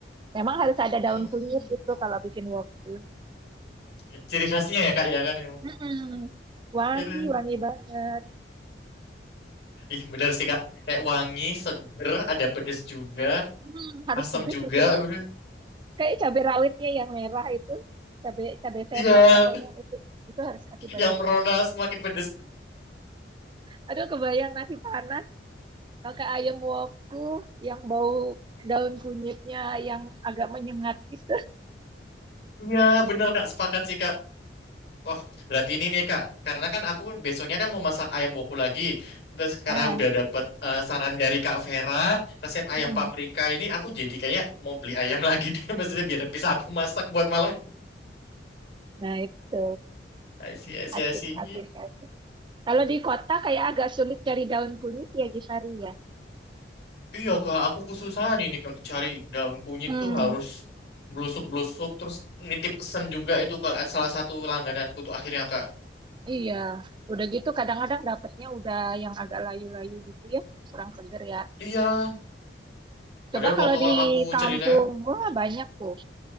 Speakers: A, on the right (about 25°); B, on the left (about 65°).
A: Memang harus ada
B: Hmm.
A: daun kunyit itu kalau bikin woku.
B: Ya, Ciri khasnya ya kak ya kan. ya
A: Mm-mm. Wangi,
B: ini.
A: wangi banget.
B: Ih, bener sih, Kak. Kayak wangi, seger, ada pedes juga,
A: Hmm, harus
B: asam
A: pedes
B: juga.
A: itu.
B: Udah.
A: Kayak cabai rawitnya yang merah itu, cabai cabai setan
B: Iya,
A: katanya itu itu harus kasih banyak
B: yang merona
A: kan.
B: semakin pedes.
A: Aduh, kebayang nasi panas pakai ayam woku yang bau daun kunyitnya yang agak menyengat gitu. <laughs>
B: Iya, bener, Kak. Sepakat sih, Kak. Wah, berarti ini nih, Kak. Karena kan aku besoknya kan mau masak ayam boku lagi. Terus karena
A: Ah,
B: udah dapet eh, saran dari Kak Vera, resep ayam
A: Hmm,
B: paprika ini, aku jadi kayaknya mau beli ayam lagi deh. <laughs> Maksudnya biar bisa aku masak buat malam.
A: Nah, itu
B: Asyik, asyik,
A: asik,
B: asyik.
A: asik, asik. Kalau di kota kayak agak sulit cari daun kunyit ya, Gisari ya.
B: Iya kak, aku kesusahan ini kak cari daun kunyit
A: hmm,
B: tuh harus blusuk-blusuk terus nitip pesan juga itu kalau salah satu langgananku tuh akhirnya kak.
A: Iya, udah gitu kadang-kadang dapetnya udah yang agak layu-layu gitu ya, kurang seger ya.
B: Iya, padahal
A: Coba
B: waktu
A: kalau
B: kalau
A: di
B: aku
A: kampung,
B: cerita,
A: wah banyak tuh